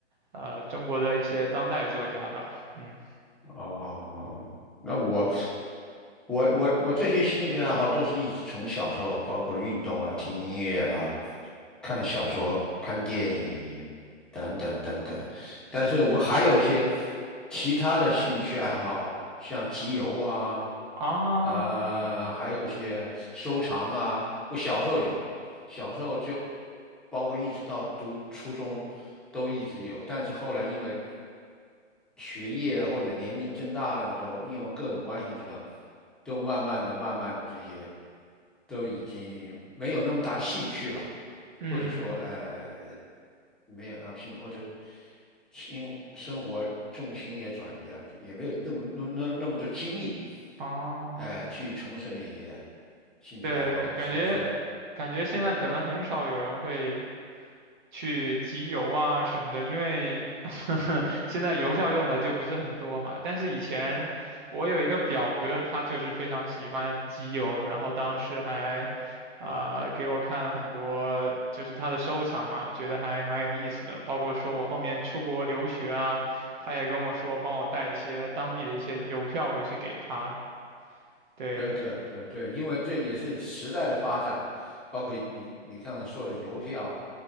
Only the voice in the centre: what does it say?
哦，那我我我我这些兴趣爱好都是一直从小时候，包括运动啊、听音乐啦、看小说、看电影等等等等。但是我还有一些其他的兴趣爱好，像集邮啊，
啊、还有一些收藏啊。我小时候有，小时候就包括一直到读初中都一直有，但是后来因为学业或者年龄增大了之后，因为各种关系之后，都慢慢的、慢慢的这些都已经没有那么大的兴趣了。
或者说呃没有那么兴趣，或者是因为生活重心也转移了，也没有那么那那那么多精力，
呃，去从事那些兴趣爱好，
所以说。
对对对对，因为这也是时代的发展，包括你你刚才说的邮票，